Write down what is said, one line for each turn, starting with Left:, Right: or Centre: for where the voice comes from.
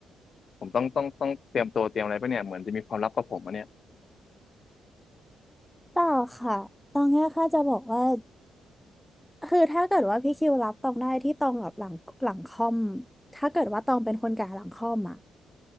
Left: ผมต้องต้องต้องเตรียมตัวเตรียมอะไรปะเนี่ยเหมือนจะมีความลับกับผมอะเนี่ย
Centre: เปล่าค่ะตองเนี่ยค่ะจะบอกว่าคือถ้าเกิดว่าพี่คิวรับตองได้ที่ตองกับหลังหลังคอมถ้าเกิดว่าตองเป็นคนแก่หลังคอมอะ